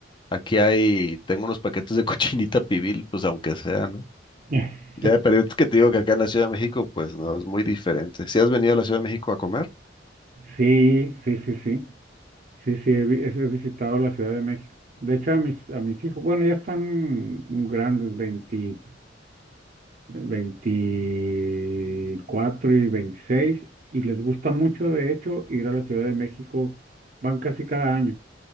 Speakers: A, on the left; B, on the right.
A: Aquí hay, tengo unos paquetes de <laughs> cochinita pibil, pues aunque sea, ¿no?
B: <laughs>
A: Ya, pero es que te digo que acá en la Ciudad de México, pues no, es muy diferente. Si has venido a la Ciudad de México a comer?
B: Sí, sí, sí, sí. Sí, sí, he, vi- he visitado la Ciudad de México. De hecho, a mis, a mis hijos, bueno, ya están grandes, 20, 24 y veintiséis y les gusta mucho, de hecho, ir a la Ciudad de México. Van casi cada año,